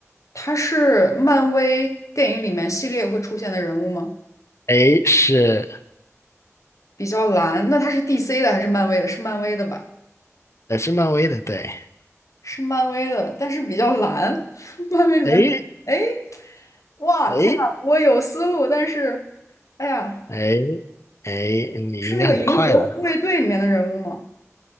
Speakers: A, on the left (about 80°); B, on the left (about 60°).
A: 它是漫威电影里面系列会出现的人物吗？
B: 哎，是，
A: 比较蓝，那它是 DC 的还是漫威的？是漫威的吧？
B: 呃，是漫威的，对。
A: 是漫威的，但是比较蓝。<laughs> 漫威里面比较哎，
B: 哎
A: 哇，
B: 哎
A: 天呐，我有思路，但是，哎呀，
B: 哎哎，你应该很快了，
A: 是那个银河护卫队里面的人物吗？